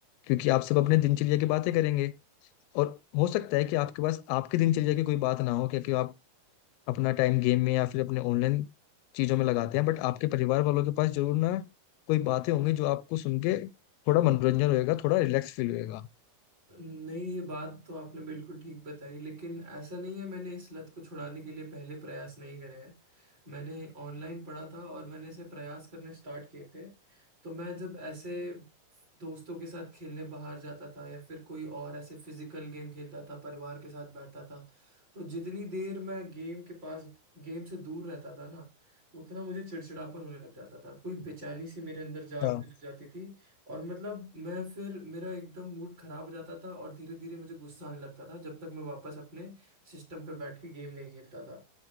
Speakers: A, on the left (about 85°); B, on the right (about 25°).
A: क्योंकि आप सब अपने दिनचर्या की बातें करेंगे और हो सकता है कि आपके पास आपकी दिनचर्या की कोई बात ना हो क्योंकि आप अपना टाइम गेम में या फिर अपने ऑनलाइन चीजों में लगाते हैं बट आपके परिवार वालों के पास जरूर ना कोई बातें होंगी जो आपको सुन के थोड़ा मनोरंजन होएगा थोड़ा रिलैक्स फील होएगा
B: नहीं ये बात तो आपने बिल्कुल ठीक बताई लेकिन ऐसा नहीं है मैंने इस लत को छुड़ाने के लिए पहले प्रयास नहीं करे हैं मैंने ऑनलाइन पढ़ा था और मैंने इसे प्रयास करने स्टार्ट किए थे तो मैं जब ऐसे दोस्तों के साथ खेलने बाहर जाता था या फिर कोई और ऐसे फिजिकल गेम खेलता था परिवार के साथ बैठता था तो जितनी देर मैं गेम के पास गेम से दूर रहता था ना उतना मुझे चिड़चिड़ापन होने लग जाता था कोई बेचैनी सी मेरे अंदर जागने
A: हाँ
B: लग जाती थी और मतलब मैं फिर मेरा एकदम मूड खराब हो जाता था और धीरे धीरे मुझे गुस्सा आने लगता था जब तक मैं वापस अपने सिस्टम पे बैठ के गेम नहीं खेलता था